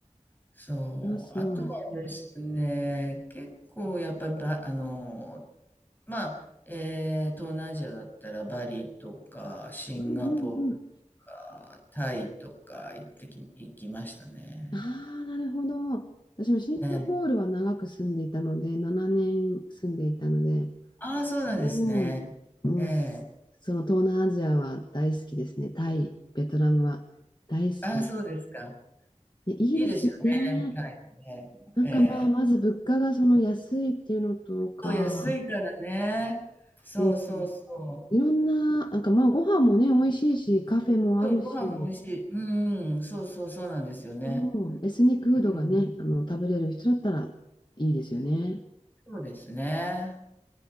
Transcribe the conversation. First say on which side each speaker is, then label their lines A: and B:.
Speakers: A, on the left (about 15°); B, on the left (about 35°).
A: そう。
B: それはすごい。
A: あとはですね、結構やっぱりば、あの、まあ、えー東南アジアだったらバリとかシンガポールとかタイとか行ってき、
B: うんうんうん。
A: 行きましたね。
B: ああ、なるほど。私もシンガポールは長く住んでいたので、
A: ええ
B: 7年住んでいたので、
A: ああ、そうなんですね。
B: もう、もうす、
A: ええ。
B: その東南アジアは大好きですね。タイ、ベトナムは大好きです。
A: ああ、そうですか。
B: ね、いいですよね。
A: いいですよね、タイもね。
B: なんかまあ、
A: ええ。
B: まず物価がその安いっていうのとか、
A: そう、安いからね。そうそうそう。
B: うん、いろんな、なんかまあ、ご飯もね、美味しいし、カフェもあるし、
A: そう、ご飯も美味しい。うん、そうそうそうなんですよね。
B: そう、エスニックフードがね、
A: うん。
B: あの、食べれる人だったらいいですよね。
A: そうですね。